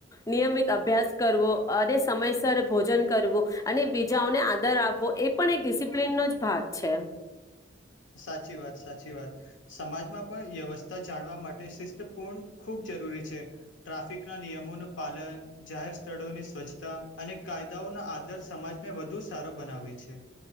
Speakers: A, on the left (about 15°); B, on the left (about 75°).
A: નિયમિત અભ્યાસ કરવો અને સમયસર ભોજન કરવું અને બીજાઓને આદર આપવો એ પણ એક ડિસિપ્લિનનો જ ભાગ છે
B: સાચી વાત સાચી વાત, સમાજમાં પણ વ્યવસ્થા જાણવા માટે શિસ્તપૂર્ણ ખૂબ જરૂરી છે. ટ્રાફિકના નિયમોનું પાલન, જાહેર સ્થળોની સ્વચ્છતા, અને કાયદાઓના આધર સમાજને વધુ સારો બનાવે છે.